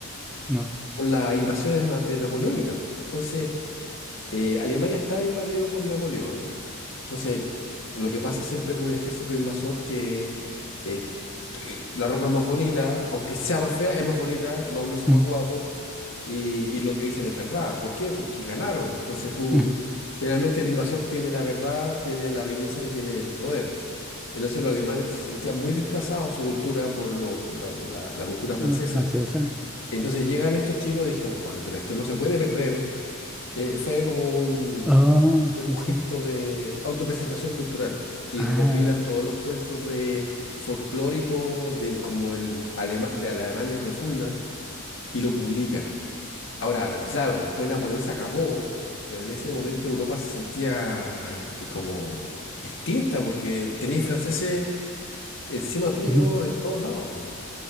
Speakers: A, in the centre; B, on the left (about 60°).
A: no.
B: Por las invasiones na- de napoleónicas. po. Entonces, eh, Alemania estaba invadido por Napoleón. Entonces, lo que pasa siempre con un ejército invasor que eh, eh, la ropa es más bonita, aunque sea más fea, es más bonita, los hombres son
A: mm,
B: más guapos y, y lo que dicen es verdad. ¿Por qué? Porque ganaron. Entonces tú,
A: mm.
B: generalmente el invasor tiene la verdad, tiene la belleza y tiene el poder. Entonces los alemanes se sentían muy desplazados su cultura por lo- la, la- la cultura
A: No,
B: francesa.
A: francesa.
B: Entonces llegan estos chicos y dijeron, bueno, pero esto no se puede perder. Eh, fue como
A: Oh,
B: como
A: sí,
B: un
A: sí.
B: gesto de autopreservación cultural y
A: Ah,
B: recopilan todos los cuentos de folclóricos del como el Alema- de la Alemania profunda y lo publican. Ahora, claro, después Napoleón se acabó, pero en ese momento Europa se sentía eh, eh, como extinta porque teníais franceses encima tuyo
A: mm,
B: en todos lados. po.